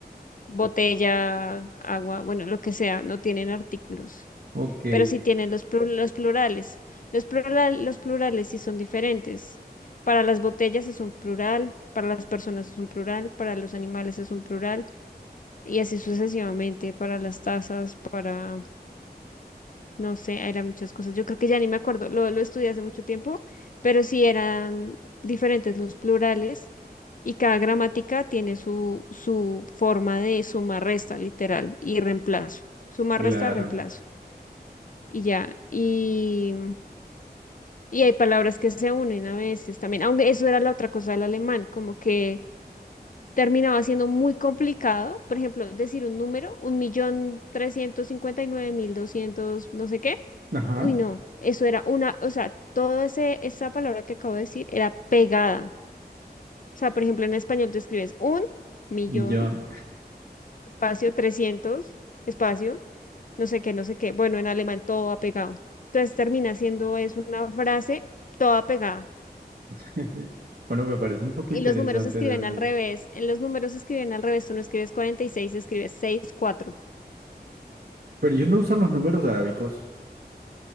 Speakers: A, on the left; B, on the right.
A: botella, agua, bueno, lo que sea, no tienen artículos.
B: ok,
A: Pero sí tienen los, plu- los plurales. Los, plural, los plurales sí son diferentes. Para las botellas es un plural, para las personas es un plural, para los animales es un plural, y así sucesivamente para las tazas, para, no sé, eran muchas cosas. Yo creo que ya ni me acuerdo, lo, lo estudié hace mucho tiempo, pero sí eran diferentes los plurales y cada gramática tiene su, su forma de suma, resta, literal, y reemplazo. Suma,
B: claro.
A: resta, reemplazo. Y ya, y, y hay palabras que se unen a veces también, aunque eso era la otra cosa del alemán, como que terminaba siendo muy complicado, por ejemplo, decir un número, un millón trescientos cincuenta y nueve mil doscientos, no sé qué.
B: Ajá,
A: Uy, no, eso era una, o sea, toda esa palabra que acabo de decir era pegada. O sea, por ejemplo, en español tú escribes un millón,
B: millón.
A: espacio, trescientos, espacio, no sé qué, no sé qué. Bueno, en alemán todo va pegado. Entonces termina siendo es una frase toda pegada.
B: <laughs> Bueno, me parece un poco
A: Y
B: interesante
A: los números se escriben
B: también.
A: al revés. En los números se escriben al revés. Tú no escribes 46, escribes sesenta y cuatro
B: Pero ellos no usan los números arábicos.